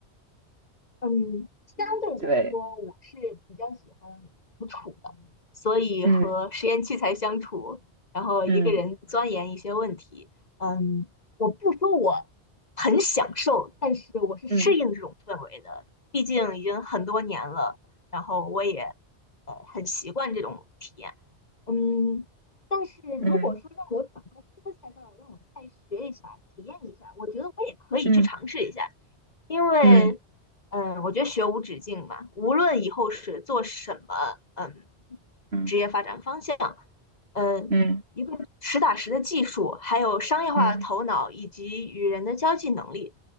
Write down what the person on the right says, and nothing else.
<laughs> 对，
嗯
嗯
嗯
嗯
嗯
嗯嗯
嗯
嗯。嗯
嗯